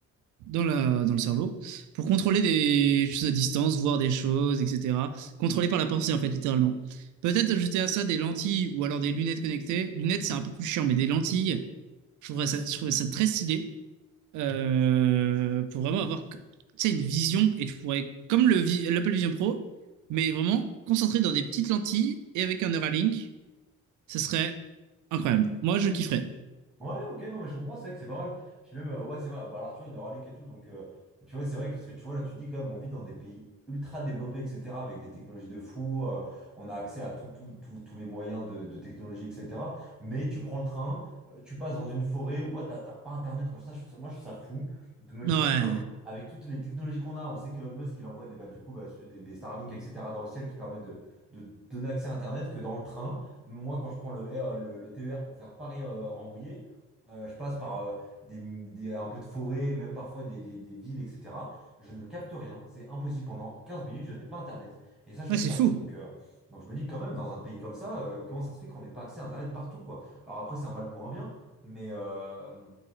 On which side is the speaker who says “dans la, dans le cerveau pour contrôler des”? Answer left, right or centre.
Right